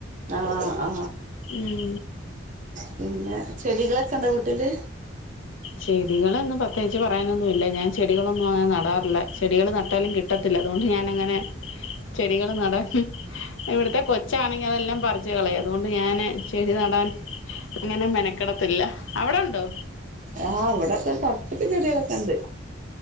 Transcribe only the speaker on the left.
ഉം
ചെടികളൊന്നും പ്രത്യേകിച്ച് പറയാനൊന്നുമില്ല. ഞാൻ ചെടികളൊന്നും അങ്ങനെ നടാറില്ല. ചെടികൾ നട്ടാലും കിട്ടത്തില്ല. അതുകൊണ്ട് ഞാനങ്ങനെ ചെടികൾ നട ഇവിടത്തെ കൊച്ചാണെങ്കി അതെല്ലാം പറ ച്ച് കളയ അതുകൊണ്ട് ഞാന് ചെടി നടാൻ ഇങ്ങനെ മെനക്കടത്തില്ല അവിടെ ഉണ്ടോ